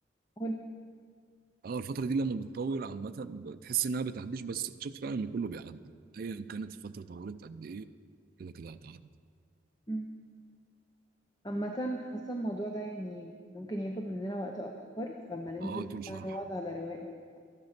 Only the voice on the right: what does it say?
اه الفترة دي لما بتطول عامة بتحس انها بتعديش بس بتشوف فعلا ان كله بيعدي ايا كانت الفترة طولت قد ايه كده كده هتعدي
اه
طول شرح